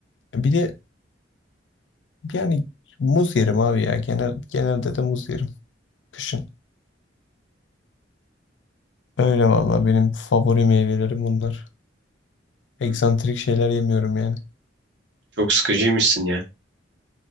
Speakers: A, on the left; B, on the right.
A: bir de yani muz yerim abi ya. Genel, genelde de muz yerim. Kışın. Öyle valla benim favori meyvelerim bunlar.
B: Hmm,
A: Eksantrik şeyler yemiyorum yani.
B: Çok sıkıcıymışsın ya.